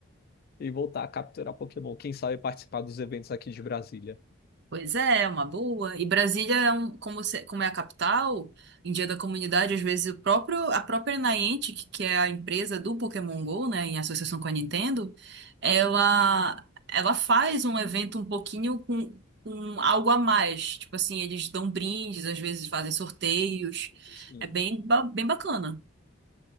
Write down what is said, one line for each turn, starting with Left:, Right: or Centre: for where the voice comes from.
Left: e voltar a capturar Pokémon. Quem sabe participar dos eventos aqui de Brasília.
Right: Pois é, é uma boa. E Brasília é um, como, se- como é a capital, em Dia da Comunidade, às vezes o próprio, a própria Niantic, que que é a empresa do Pokémon Go, né, em associação com a Nintendo, ela, ela faz um evento um pouquinho com, com algo a mais. Tipo assim, eles dão brindes, às vezes fazem sorteios.
Left: Sim.
Right: É bem, ba- bem bacana.